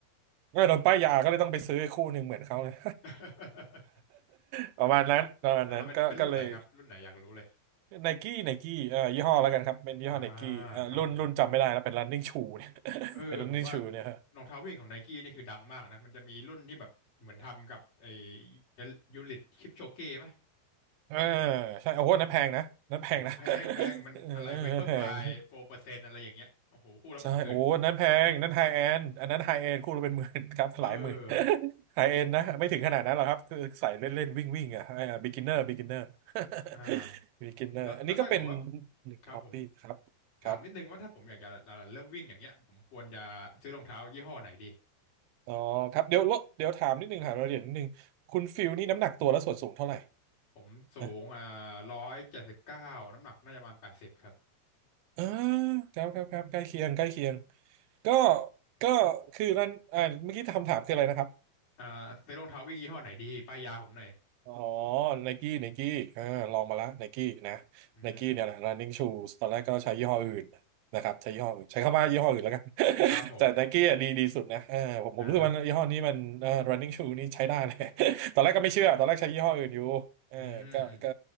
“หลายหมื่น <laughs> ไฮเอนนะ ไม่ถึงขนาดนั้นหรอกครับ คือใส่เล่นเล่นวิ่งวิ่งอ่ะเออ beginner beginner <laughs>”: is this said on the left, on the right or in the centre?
Right